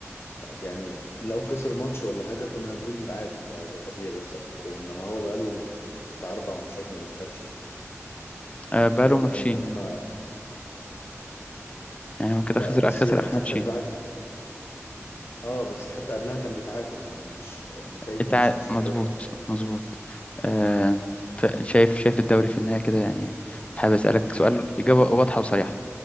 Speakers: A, on the left; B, on the left.
A: يعني لو خسر ماتش ولا حاجه كنا هنقول عادي ده ده طبيعي بيحصل في الكوره انما هو بقاله بتاع اربع ماتشات ما بيكسبش يعني
B: آه، بقاله
A: فواضح
B: ماتشين
A: ان هم
B: يعني هو كده
A: بقى
B: خسر
A: بس
B: خسر
A: يعني
B: اخر
A: حتى
B: ماتشين
A: بعد اه بس حتى قبلها كان بيتعادل يعني مش نتائجه
B: انت
A: مش
B: ع-
A: مستقرة
B: مظبوط مظبوط آه، ف- شايف شايف الدوري في النهاية كده يعني حابب اسألك سؤال إجابة واضحة وصريحة